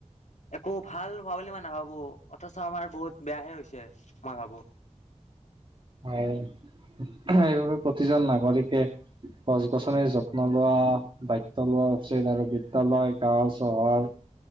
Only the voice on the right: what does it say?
হয়, এইবাবে প্ৰতিজন নাগৰিকে গছ-গছনিৰ যত্ন লোৱা দায়িত্ব লোৱা উচিত আৰু বিদ্যালয় গাঁও চহৰ